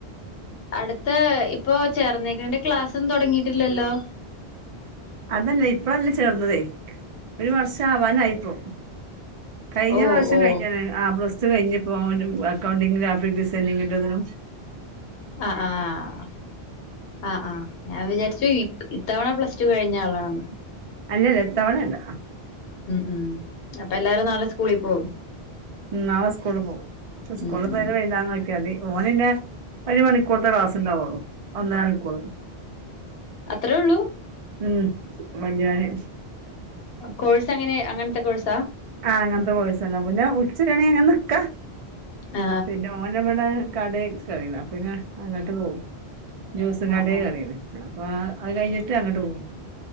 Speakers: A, on the left; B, on the right.
A: അടുത്ത ഇപ്പൊ ചേർന്നേക്കണന്റെ ക്ലാസ് ഒന്നും തുടങ്ങിട്ടില്ലല്ലോ
B: അതല്ല ഇപ്പഴല്ല ചേർന്നതേ ഒരു വർഷാവാനായിപ്പോ കഴിഞ്ഞ
A: ഓ
B: പ്രാവശ്യം
A: ഓ
B: കഴിഞ്ഞ ആ പ്ലസ് റ്റു കഴിഞ്ഞുപ്പോ ഓന് അക്കൗണ്ടിംഗിനും ഗ്രാഫിക് ഡിസൈനിങ്ങിന്റതിനും
A: ആ ആഹ് ആ ആഹ് ഞാൻ വിചാരിച്ചു ഇത് ഇത്തവണ പ്ലസ് റ്റു കഴിഞ്ഞ ആളാണെന്ന്
B: അല്ലല്ല ഇത്തവണല്ല
A: മ് മ് അപ്പൊ എല്ലാരും നാളെ സ്കൂളിൽ പോകും
B: മ് നാളെ സ്കൂളിൽ പോകും സ്കൂളിൽ
A: ഉം ഉം
B: പോയെത് വൈനാരം നോ ക്കിയാമതി ഓനിന്നെ ഒര്മണിക്കൂറ്ത്തെ ക്ലാസ്ണ്ടാവുള്ളു, ഒന്നര മണിക്കൂർ
A: അത്രേ ഉള്ളൂ
B: മ് വല്ല്യോന്
A: കോഴ്സ് എങ്ങനെ അങ്ങൻത്തെ കോഴ്സാ?
B: ആ അങ്ങനത്തെ കോഴ്സന്നെ <unintelligible> അങ്ങനെ നിക്കാ
A: ആ
B: പിന്നെ ഓനബടെ കടേ കേറീണ് അപ്പപിന്നെ അങ്ങട്ട് പോവും ജ്യൂസും
A: ആ
B: കടേ
A: ആ ആ
B: കേറീണ് അ പ്പാ അത് കഴിഞ്ഞിട്ട് അങ്ങട്ട് പോകും